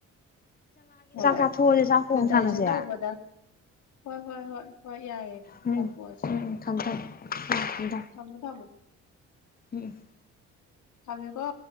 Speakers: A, on the left; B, on the left.
A: ꯍꯣꯏ
B: ꯆꯥꯊꯣꯛꯑꯁꯦ
A: ꯑꯗꯨ
B: ꯆꯥꯛ ꯊꯣꯡ
A: ꯗꯥꯏꯖꯦꯛꯁꯟ
B: ꯁꯥꯟꯅꯁꯦ
A: ꯇꯧꯕꯗ ꯍꯣꯏ ꯍꯣꯏ ꯍꯣꯏ ꯍꯣꯏ ꯌꯥꯏꯑꯦ
B: ꯎꯝ
A: ꯀꯥꯊꯣꯛꯑꯁꯤ
B: ꯎꯝ ꯎꯝ ꯊꯝ ꯊꯝ ꯎꯝ ꯊꯝ ꯊꯝ
A: ꯊꯝꯃꯦ ꯊꯝꯃ
B: ꯎꯝ
A: ꯊꯝꯀꯣ